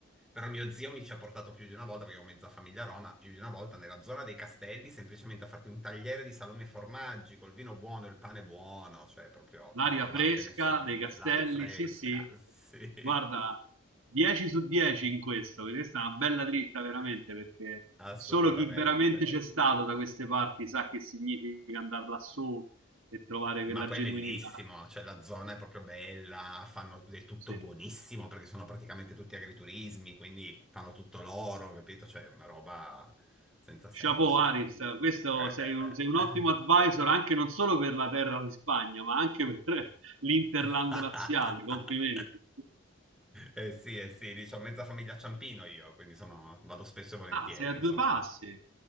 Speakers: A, in the centre; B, on the right.
A: Però mio zio mi ci ha portato più di una volta, perché ho mezza famiglia a Roma, più di una volta nella zona dei castelli, semplicemente a farti un tagliere di salumi e formaggi, col vino buono, il pane buono, cioè proprio
B: l'aria
A: non lo
B: fresca
A: batte nessuno.
B: dei castelli,
A: L'aria fresca,
B: sì, sì.
A: sì,
B: Guarda, 10 su 10 in questo, perché questa è una bella dritta veramente, perché
A: <laughs> assolutamente.
B: solo chi veramente c'è stato da queste parti sa che significa andare lassù e trovare
A: Ma
B: quella
A: poi
B: genuinità.
A: è bellissimo, cioè la zona è proprio bella, fanno è tutto
B: Sì.
A: buonissimo perché sono praticamente tutti agriturismi, quindi fanno tutto loro, capito? Cioè è una roba senza senso.
B: Chapeau Aris, questo
A: Eh,
B: sei
A: eh,
B: un, sei un
A: eh.
B: ottimo advisor anche non solo per la terra di Spagna, ma anche per l'Interland
A: <laughs>
B: laziale. Complimenti.
A: Eh sì, eh sì, diciamo mezza famiglia Ciampino io, quindi sono, vado spesso e volentieri,
B: Ah, sei a due
A: insomma.
B: passi.